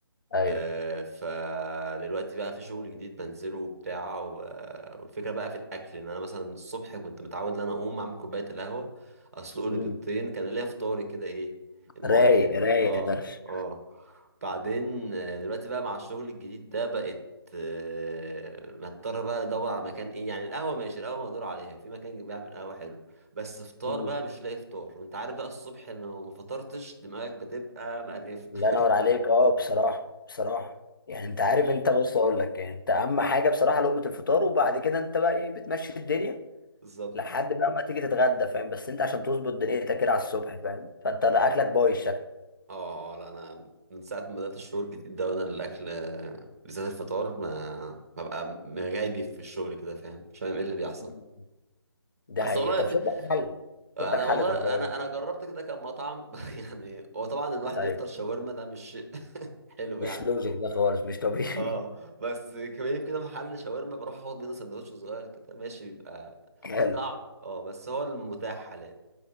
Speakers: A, on the left; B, on the right.
A: ايوه
B: آه، فدلوقتي بقى في شغل جديد بنزله وبتاع و- والفكرة بقى في الأكل إن أنا مثلا الصبح كنت متعود إن أنا أقوم أعمل كوباية القهوة أسلق لي
A: مم.
B: بيضتين كان ليا فطاري كده إيه المعتاد
A: رايق
B: إيه
A: رايق
B: آه
A: يا درش
B: آه بعدين آه، دلوقتي بقى مع الشغل الجديد ده بقت آه، بضطر بقى ادور على مكان ايه يعني القهوه ماشي القهوه مقدور عليها في مكان بيعمل قهوه حلو بس فطار
A: <laughs> مم.
B: بقى مش لاقي فطار وانت عارف بقى الصبح لو ما فطرتش دماغك بتبقى مقريفه
A: الله
B: <laughs>
A: ينور عليك اه بصراحه بصراحه يعني انت عارف انت بص اقول لك يعني انت اهم حاجه بصراحه لقمه الفطار وبعد كده انت بقى ايه بتمشي الدنيا
B: بالظبط
A: لحد بقى ما تيجي تتغدى فاهم بس انت عشان تظبط دنيتك كده على الصبح فاهم فانت اكلك بايظ شكل
B: اه اه لا انا من ساعه ما بدات الشغل الجديد ده وانا الاكل آه، بالذات الفطار ما ببقى غايبي في الشغل كده فاهم مش فاهم ايه اللي بيحصل
A: مم. ده
B: بس
A: حقيقي
B: والله
A: طب
B: في...
A: شوف لك حل
B: انا
A: شوف لك حل
B: والله
A: في الموضوع
B: انا انا جربت كده كام مطعم <laughs> يعني هو طبعا الواحد
A: ده
B: يفطر شاورما ده مش شيء <laughs> حلو
A: مش
B: يعني
A: لوجيك ده خالص مش طبيعي
B: اه بس كمان كده محل شاورما بروح اخد منه سندوتش صغير كده ماشي بيبقى
A: <laughs> حلو
B: صعب اه بس هو المتاح حاليا